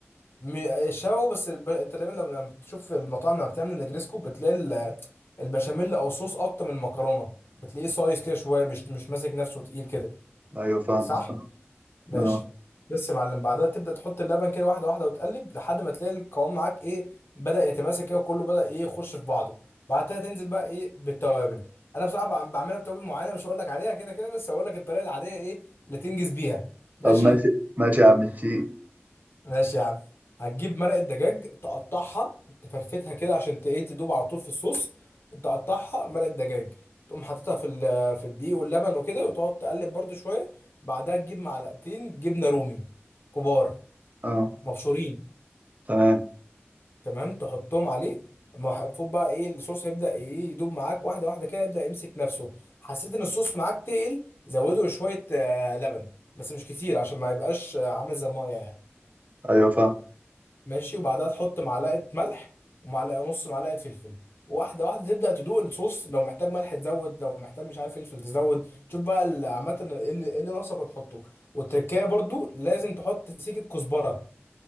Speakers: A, on the left; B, on the right.
A: م- الشو بس الب... انت دايما لما لما بتشوف المطاعم لما بتعمل نجريسكو بتلاقي ال... البشاميل او صوص اكتر من المكرونه بتلاقيه سايز كده شويه مش مش ماسك نفسه تقيل كده
B: ايوه فاهم
A: صح ماشي
B: اه
A: بس يا معلم بعدها تبدا تحط اللبن كده واحده واحده وتقلب لحد ما تلاقي القوام معاك ايه بدا يتماسك كده وكله بدا ايه يخش في بعضه بعدها تنزل بقى ايه بالتوابل انا بصراحه بع- بعملها بتوابل معينه مش هقول لك عليها كده كده بس هقول لك الطريقه العاديه ايه اللي تنجز بيها ماشي
B: طب ماشي ماشي يا عم الشيخ
A: ماشي يا عم هتجيب مرقة دجاج تقطعها تفرفتها كده عشان ت- ايه تدوب على طول في الصوص تقطعها مرقة دجاج تقوم حاططها في ال- في الدقيق واللبن وكده وتقعد تقلب برضو شوية بعدها تجيب معلقتين جبنة رومي كبار
B: اه
A: مبشورين
B: تمام
A: تمام تحطهم عليه ما هو المفروض بقى ايه الصوص هيبدأ ايه يدوب معاك واحدة واحدة كده يبدأ يمسك نفسه حسيت ان الصوص معاك تقل زوده شوية آه، لبن بس مش كتير عشان ما يبقاش آه، عامل زي المية يعني
B: ايوه فاهم
A: ماشي وبعدها تحط معلقه ملح ومعلقه نص معلقه فلفل واحده واحده تبدا تدوق الصوص لو محتاج ملح تزود لو محتاج مش عارف فلفل تزود شوف بقى ال- عامه ايه اللي إيه اللي ناقصك وتحطه والتركية برضو لازم تحط سيكه كزبره